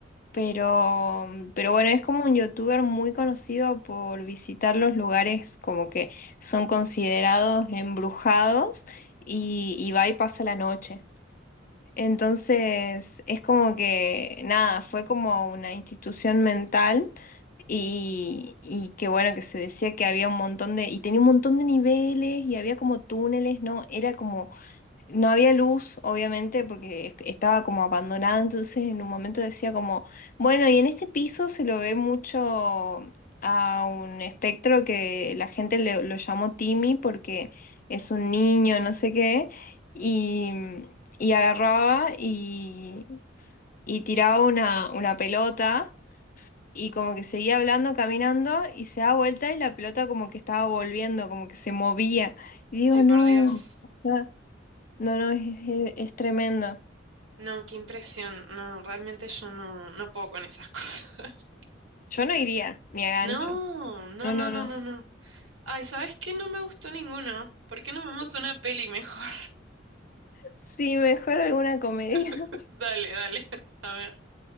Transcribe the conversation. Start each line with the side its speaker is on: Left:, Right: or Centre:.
Left: pero, pero bueno, es como un youtuber muy conocido por visitar los lugares como que son considerados embrujados y, y va y pasa la noche. Entonces, es como que, nada, fue como una institución mental y, y qué bueno que se decía que había un montón de, y tenía un montón de niveles y había como túneles, ¿no? Era como, no había luz, obviamente, porque es- estaba como abandonada, entonces en un momento decía como, bueno, y en este piso se lo ve mucho a un espectro que la gente le- lo llamó Timmy porque es un niño, no sé qué, y, y agarraba y, y tiraba una, una pelota y como que seguía hablando, caminando, y se da vuelta y la pelota como que estaba volviendo, como que se movía. Y digo,
Right: Ay,
Left: no,
Right: por Dios.
Left: o sea, no, no, es, es- es tremendo.
Right: No, qué impresión. No, realmente yo no, no puedo con esas cosas. <laughs>
Left: Yo no iría, ni a gancho.
Right: No, no,
Left: No,
Right: no,
Left: no,
Right: no,
Left: no.
Right: no, no. Ay, ¿sabes qué? No me gustó ninguno. ¿Por qué no vemos una peli mejor?
Left: Sí, mejor alguna comedia.
Right: <laughs> Dale, dale. <laughs> A ver.